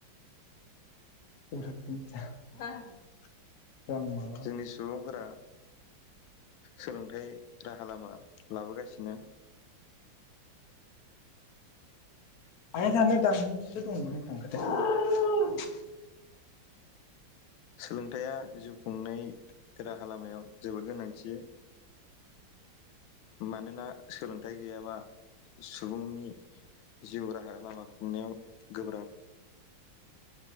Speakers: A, on the left; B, on the left.
A: <unintelligible> <inaudible> माबा
B: जोंनि सुबुंफोरा सोलोंथाइ राहा खालामलामा लाबोगासिनो।
A: आया जानो दानिसो दंमोन बबाव थांखोथाय
B: सोलोंथायाइया जिउ खुंनाय राहा लामायाव जोबोद गोनांथि मानोना सोलोंथाइ गैयाबा सुबुंनि जिउ राहा लामा खुंनायाव गोब्राब